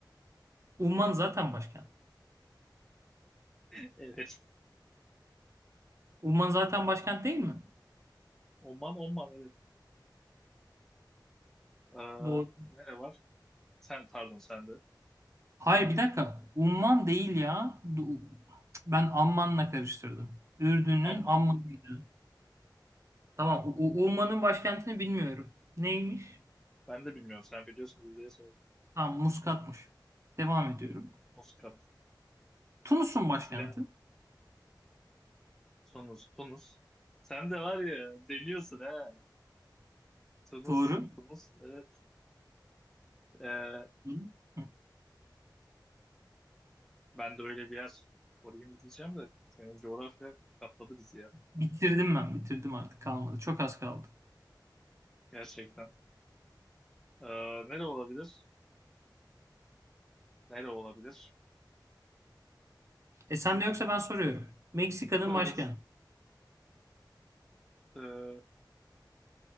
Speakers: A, on the right; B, in the centre.
A: Umman zaten başkent.
B: <laughs> Evet.
A: Umman zaten başkent değil mi?
B: Oman, Oman evet. Ee,
A: Doğru.
B: nere var? Sen, pardon sende.
A: Hayır bir dakika. Umman değil ya. Du- Ben Amman'la karıştırdım. Ürdün'ün
B: Amman,
A: Amman'ıydı. Tamam. U- U- Umman'ın başkentini bilmiyorum. Neymiş?
B: ben de bilmiyorum. Sen biliyorsunuz diye sordum.
A: Tamam Muskat'mış. Devam ediyorum.
B: Muscat,
A: Tunus'un başkenti.
B: Silah, Tunus, Tunus. Sen de var ya, deliyorsun he. Tunus,
A: Doğru. <laughs>
B: Tunus, evet. Ee,
A: Hı. Hı.
B: Ben de öyle bir yer sorayım diyeceğim de senin coğrafya katladı bizi ya.
A: Bitirdim ben. Bitirdim artık kalmadı. Çok az kaldı.
B: Gerçekten. Ee, nere olabilir? Nere olabilir?
A: E sen de yoksa ben soruyorum. Meksika'nın
B: Buyurun.
A: başkenti.
B: Ee,